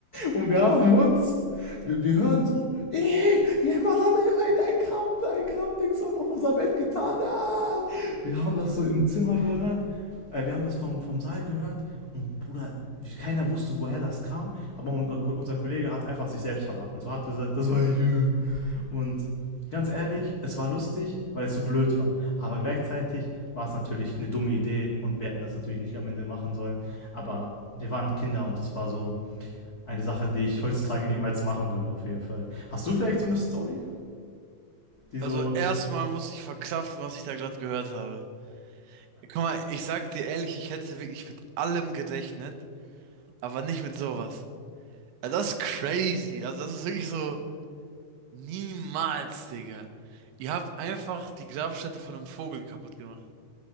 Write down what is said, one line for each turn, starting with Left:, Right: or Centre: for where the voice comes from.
Left: Und wir haben uns, wir, wir hören so, "Ey, jemand hat ein, ein Grab, ein Grabding auf unser Bett getan. Ah! Wir haben das so im Zimmer gehört. Äh, wir haben das vom, vom Saal gehört und Bruder, keiner wusste, woher das kam, aber unser, unser Kollege hat einfach sich selbst verraten. So hat gesagt, das war ich. äh. Und ganz ehrlich, es war lustig, weil es so blöd war. Aber gleichzeitig war es natürlich eine dumme Idee und wir hätten das natürlich nicht am Ende machen sollen. Aber wir waren Kinder und das war so eine Sache, die ich heutzutage niemals machen würde, auf jeden Fall. Hast du vielleicht so eine Story, die
Right: Also
Left: so,
Right: erstmal muss ich verkraften, was ich da gerade gehört habe. Guck mal, ich sag dir ehrlich, ich hätte wirklich mit allem gerechnet, aber nicht mit sowas. Also das ist crazy. Also das ist wirklich so niemals, Digga. Ihr habt einfach die Grabstätte von einem Vogel kaputt gemacht. <laughs>